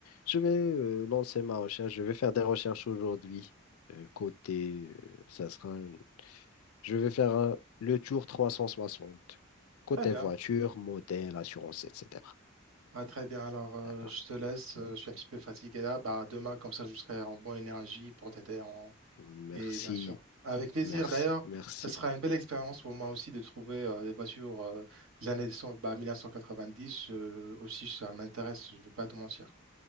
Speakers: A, on the left; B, on the right.
A: je vais euh, lancer ma recherche. Je vais faire des recherches aujourd'hui. Euh, côté, euh, ça sera, un- je vais faire un- le tour 360 Côté
B: Très bien.
A: voiture, modèle, assurance, etc.
B: Ah, très bien, alors euh,
A: D'accord.
B: je te laisse, euh, je suis un petit peu fatigué là. Bah, demain, comme ça, je serai en bonne énergie pour t'aider. En...
A: Merci,
B: Et bien sûr, avec plaisir.
A: merci,
B: D'ailleurs,
A: merci.
B: ça sera une belle expérience pour moi aussi de trouver euh, des voitures euh, de l'année so- bah, 1990. Euh, aussi, ça m'intéresse, je ne vais pas te mentir.